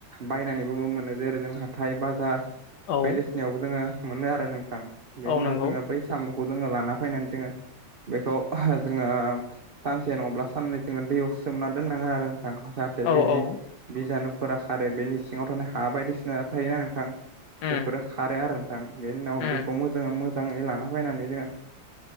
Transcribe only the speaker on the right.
बायनानैबो मोनो जेरै जों हाथाय बाजार
बायदि सिनायावबो जोङो मोनो आरो नोंथां बेनि
उनाव
जोङो बै साम'खौ जोङो लाना फैनानै जोङो बेखौ जोङो सानसे नङाब्ला साननै जोङो दैयाव सोमना दोननांगोन आरो नोंथां। जाहाथे
बिनि
बिजानुफोरा खारो बेनि सिङाव थानाय हा बायदिसिना थायोना नोंथां।
बेफोरो खारो आरो नोंथां बेनि उनाव
बेखौ मोजाङै मोजाङै लाना फैनानै जोङो